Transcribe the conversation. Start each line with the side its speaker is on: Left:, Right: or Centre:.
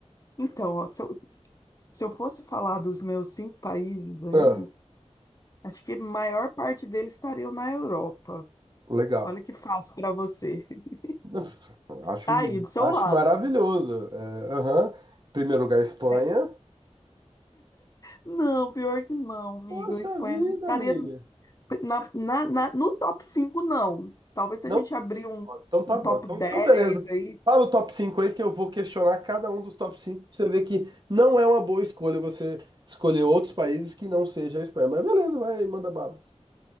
Left: Então, ó, se eu, se eu fosse falar dos meus cinco países aí,
Right: Ah,
Left: acho que a maior parte deles estariam na Europa.
Right: legal.
Left: Olha que fácil para você. <laughs>
Right: Não, <laughs> Acho,
Left: Tá aí, do seu
Right: acho
Left: lado,
Right: maravilhoso. É, aham. Primeiro lugar, Espanha.
Left: ó. É. Não, pior que não, amigo.
Right: Poxa
Left: A Espanha
Right: vida,
Left: não estaria
Right: amiga.
Left: na, na- na- no top 5 não. Talvez
Right: Não?
Left: se a gente abrir um,
Right: Ó, Então tá
Left: um
Right: bom.
Left: top
Right: Então,
Left: 10
Right: então beleza.
Left: aí,
Right: Fala o top 5 aí que eu vou questionar cada um dos top cinco. pra você ver que não é uma boa escolha você escolher outros países que não seja a Espanha. Mas beleza, vai, manda bala.